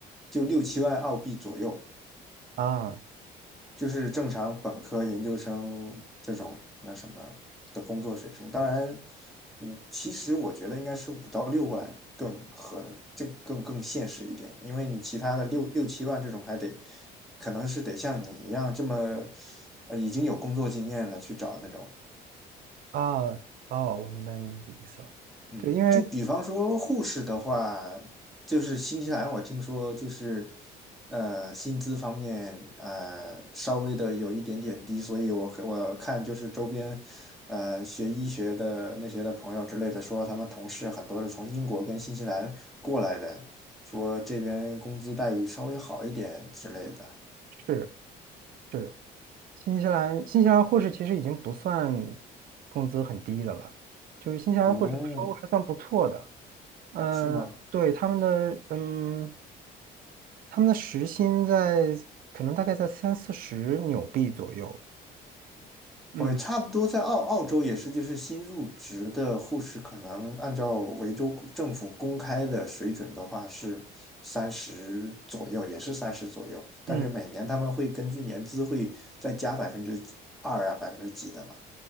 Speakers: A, in the centre; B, on the right (about 60°).
A: 就六七万澳币左右。
B: 啊
A: 就是正常本科、研究生这种那什么的工作水平。当然，五其实我觉得应该是五到六万更合，这更更现实一点，因为你其他的六六七万这种还得，可能是得像你一样这么，呃，已经有工作经验了去找那种。
B: 啊哦，我明白你的意思了。
A: 嗯，
B: 对，因为
A: 就比方说护士的话，就是新西兰我听说就是呃薪资方面呃稍微的有一点点低，所以我可我看就是周边呃学医学的那些的朋友之类的说，他们同事很多是从英国跟新西兰过来的，说这边工资待遇稍微好一点之类的。
B: 是是新西兰，新西兰护士其实已经不算工资很低的了，就是新西兰护士收入还算不错的。
A: 嗯，
B: 嗯、
A: 是吗？
B: 对，他们的嗯。他们的时薪在可能大概在三四十纽币左右。嗯
A: 我差不多在澳澳洲也是，就是新入职的护士，可能按照维州公政府公开的水准的话是三十左右，也是三十左右。但是每年他们会根据年资会再加百分之二啊，
B: 嗯，
A: 百分之几的嘛。